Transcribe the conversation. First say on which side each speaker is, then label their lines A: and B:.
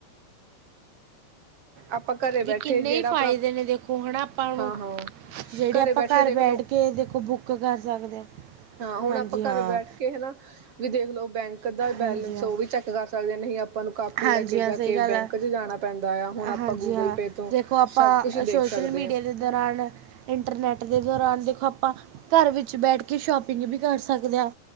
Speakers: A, on the right (about 35°); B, on the right (about 75°).
A: ਆਪਾਂ ਘਰੇ ਬੈਠੇ
B: ਵੀ ਕਿੰਨੇ
A: ਜਿਹੜਾ
B: ਹੀ ਫਾਇਦੇ
A: ਆਪਣਾ
B: ਨੇ ਦੇਖੋ ਹਣਾ ਆਪਾਂ ਨੂੰ,
A: ਹਾਂ ਹਾਂ
B: ਜਿਹੜੇ
A: ਘਰੇ
B: ਆਪਾਂ
A: ਬੈਠੇ
B: ਘਰ
A: ਦੇਖਲੋ
B: ਬੈਠ ਕੇ ਕੇ ਦੇਖੋ ਬੁੱਕ ਕਰ ਸਕਦੇ ਹਾਂ।
A: ਹਾਂ। ਹੁਣ
B: ਹਾਂਜੀ
A: ਆਪਾਂ
B: ਹਾਂ
A: ਘਰ ਬੈਠ ਕੇ ਹਨਾ, ਵੀ ਦੇਖਲੋ ਬੈਂਕ ਦਾ
B: ਹਾਂਜੀ
A: ਬੈਲੈਂਸ
B: ਹਾਂ
A: ਉਹ ਵੀ ਚੈੱਕ ਕਰ ਸਕਦੇ ਨਹੀਂ ਆਪਾਂ। ਆਪਾਂ ਨੂੰ ਕਾਪੀ
B: ਹਾਂਜੀ
A: ਲੈ ਕੇ
B: ਹਾਂ
A: ਜਾ
B: ਸਹੀ
A: ਕੇ
B: ਗੱਲ
A: ਬੈਂਕ
B: ਹੈ
A: ਚ ਜਾਨਾ ਪੈਂਦਾ ਆ, ਹੁਨ ਆਪਾਂ
B: ਹਾਂਜੀ
A: ਗੂਗਲ
B: ਹਾਂ
A: ਪੇ ਤੋਂ
B: ਦੇਖੋ ਆਪਾਂ
A: ਸਭ ਕੁਛ
B: ਸੋਸ਼ਲ
A: ਦੇਖ ਸਕਦੇ
B: ਮੀਡੀਆ
A: ਹਾਂ
B: ਦੇ ਦੌਰਾਨ ਇੰਟਰਨੈਟ ਦੇ ਦੌਰਾਨ ਦੇਖੋ, ਆਪਾਂ ਘਰ ਵਿੱਚ ਬੈਠ ਕੇ ਸ਼ੋਪਿੰਗ ਵੀ ਕਰ ਸਕਦੇ ਆਂ।